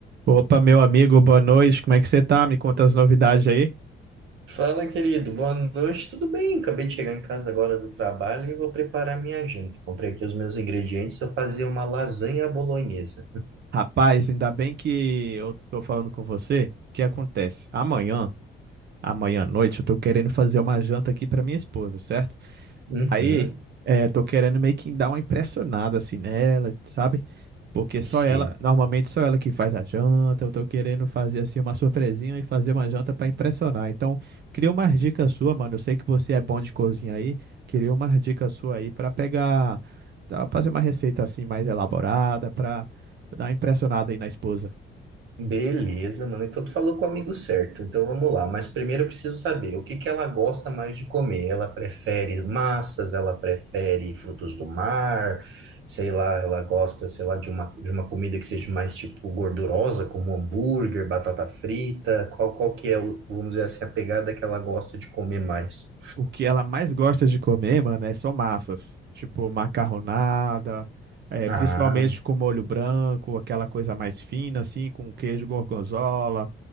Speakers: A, on the right; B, on the right.
A: Opa, meu amigo, boa noite. Como é que você tá? Me conta as novidades aí.
B: Fala, querido. Boa noite. Tudo bem? Acabei de chegar em casa agora do trabalho e vou preparar minha janta. Comprei aqui os meus ingredientes. Vou fazer uma lasanha bolonhesa.
A: Rapaz, ainda bem que eu tô falando com você. O que acontece? Amanhã, amanhã à noite, eu tô querendo fazer uma janta aqui pra minha esposa, certo?
B: Uhum.
A: Aí, é, tô querendo meio que dar uma impressionada assim nela, sabe? Porque
B: Sim.
A: só ela, normalmente só ela que faz a janta. Eu tô querendo fazer assim uma surpresinha e fazer uma janta pra impressionar. Então, queria umas dicas sua, mano. Eu sei que você é bom de cozinha aí. Queria umas dicas sua aí pra pegar, tá, fazer uma receita assim mais elaborada pra dar uma impressionada aí na esposa.
B: Beleza, mano. Então tu falou com o amigo certo. Então vamos lá. Mas primeiro eu preciso saber o que que ela gosta mais de comer. Ela prefere massas, ela prefere frutos do mar, sei lá, ela gosta, sei lá, de uma, de uma comida que seja mais tipo gordurosa, como hambúrguer, batata frita. Qual, qual que é, o- vamos dizer assim, a pegada que ela gosta de comer mais?
A: O que ela mais gosta de comer, mano, é só massas. Tipo, macarronada, é,
B: Ah.
A: principalmente com molho branco, aquela coisa mais fina, assim, com queijo gorgonzola.